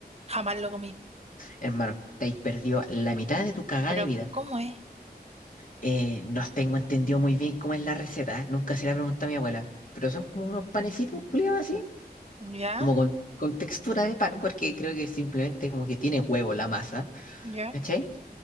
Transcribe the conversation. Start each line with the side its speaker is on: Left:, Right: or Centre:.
Right: Jamás lo comí.
Left: Hermano, te has perdido la mitad de tu cagada
Right: Pero,
Left: de vida.
Right: ¿cómo es?
Left: Eh, no tengo entendido muy bien cómo es la receta, ¿eh? Nunca se la preguntado a mi abuela, pero son como unos panecitos culiados así,
Right: Ya,
Left: como con, con textura de pan, porque creo que simplemente como que tiene huevo la masa,
Right: ya.
Left: ¿cachai?